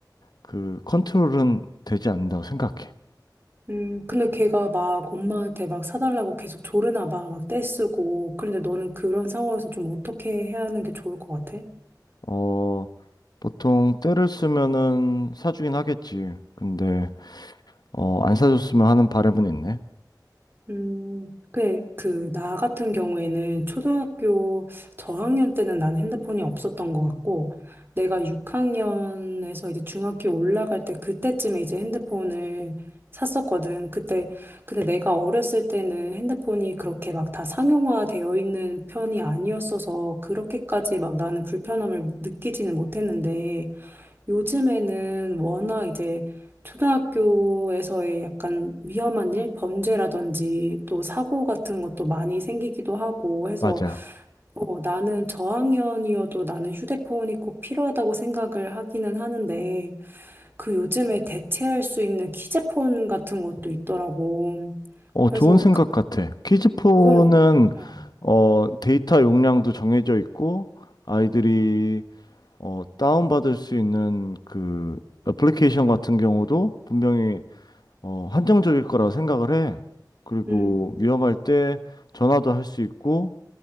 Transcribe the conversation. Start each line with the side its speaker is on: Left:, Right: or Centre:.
Left: 그 컨트롤은 되지 않는다고 생각해.
Right: 음, 근데 걔가 막 엄마한테 막 사달라고 계속 조르나 봐. 막 떼쓰고. 그런데 너는 그런 상황에서 좀 어떻게 해야 하는 게 좋을 것 같아?
Left: 어, 보통 때를 쓰면은 사주긴 하겠지. 근데 어, 안 사줬으면 하는 바람은 있네.
Right: 음, 그래, 그, 나 같은 경우에는 초등학교 저학년 때는 난 핸드폰이 없었던 것 같고, 내가 6학년에서 이제 중학교 올라갈 때 그때쯤에 이제 핸드폰을 샀었거든. 그때, 근데 내가 어렸을 때는 핸드폰이 그렇게 막 다 상용화되어 있는 편이 아니었어서 그렇게까지 막 나는 불편함을 느끼지는 못했는데, 요즘에는 워낙 이제 초등학교에서의 약간 위험한 일, 범죄라든지 또 사고 같은 것도 많이 생기기도 하고 해서
Left: 맞아.
Right: 어, 나는 저학년이어도 나는 휴대폰이 꼭 필요하다고 생각을 하기는 하는데 그 요즘에 대체할 수 있는 키제폰 같은 것도 있더라고.
Left: 어,
Right: 그래서
Left: 좋은 생각
Right: 그-
Left: 같아. 키즈폰은
Right: 그건 어, 어,
Left: 어, 데이터 용량도 정해져 있고 아이들이 어, 다운받을 수 있는 그 애플리케이션 같은 경우도 분명히 어, 한정적일 거라고 생각을 해.
Right: 음.
Left: 그리고 위험할 때 전화도 할 수 있고